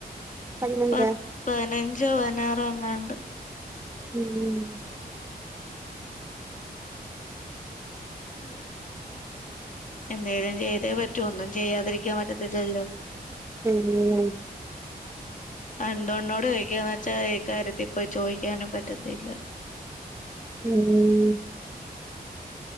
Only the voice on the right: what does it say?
പതിനഞ്ചൊ
ഉം ഉം ഉം
ഉം
ഉം